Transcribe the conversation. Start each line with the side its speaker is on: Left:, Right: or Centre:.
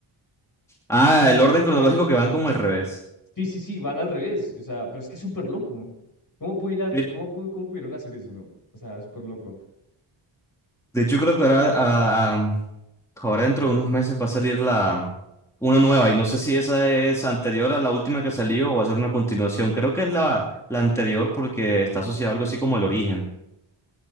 Centre: Ah, el orden cronológico que van como al revés.
Left: Sí, sí, sí, van al revés. O sea, pero es que es súper loco. ¿Cómo pudieron,
Centre: De,
Left: cómo, pu- cómo pudieron hacer eso, no? O sea, súper loco.
Centre: de hecho, creo que ahora ah, ah, Ahora dentro de unos meses va a salir la una nueva y no sé si esa es anterior a la última que salió o va a ser una continuación. Creo que es la, la anterior porque está asociada a algo así como el origen.